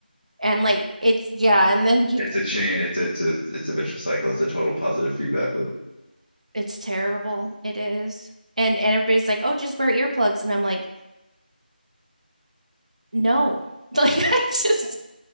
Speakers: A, on the right (about 45°); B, on the left (about 20°).
A: and like it's yeah and then you
B: a chain. It's a, it's a, it's a vicious cycle. It's a total positive feedback loop.
A: it's terrible it is and and everybody's like oh just wear earplugs and i'm like no <laughs> like i just